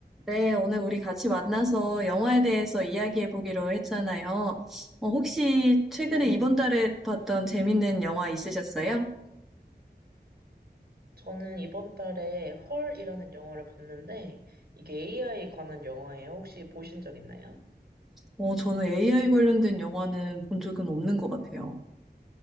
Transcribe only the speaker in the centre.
네, 오늘 우리 같이 만나서 영화에 대해서 이야기해 보기로 했잖아요. 어, 혹시 최근에
이번 달에 봤던 재밌는 영화 있으셨어요?
어, 저는 AI 관련된 영화는 본 적은 없는 것 같아요.